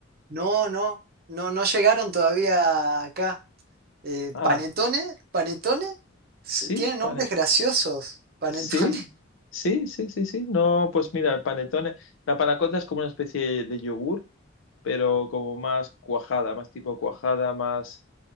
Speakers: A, on the right; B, on the left.
A: No, no, no, no llegaron todavía acá. Eh,
B: Ah,
A: panetone, panetone, S-
B: sí,
A: tienen
B: panet,
A: nombres graciosos, panetone.
B: sí,
A: <laughs>
B: sí, sí, sí, sí. No, pues mira, el panetone, la panacota es como una especie de yogur, pero como más cuajada, más tipo cuajada, más